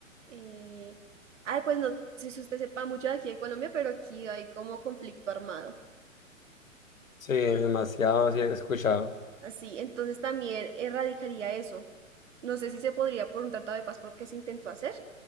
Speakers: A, on the right (about 60°); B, on the left (about 75°).
A: eh, ay, pues no sé si usted sepa mucho de aquí de Colombia, pero aquí hay como conflicto armado.
B: Sí, demasiado, sí, he escuchado.
A: Así, entonces también erradicaría eso. No sé si se podría por un tratado de paz porque se intentó hacer.